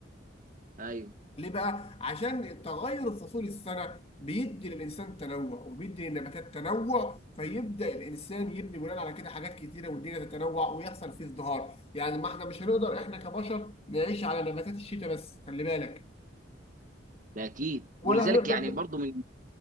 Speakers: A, on the right (about 40°); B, on the left (about 30°).
A: ايوه
B: ليه بقى؟ عشان تغير فصول السنة بيدي للإنسان تنوع وبيدي للنباتات تنوع فيبدأ الإنسان يبني بناء على كده حاجات كتيرة والدنيا تتنوع ويحصل فيه ازدهار، يعني ما احنا مش هنقدر احنا كبشر نعيش على نباتات الشتاء بس خلي بالك،
A: ده اكيد
B: ولا
A: ولذلك
B: هنقدر
A: يعني برضو من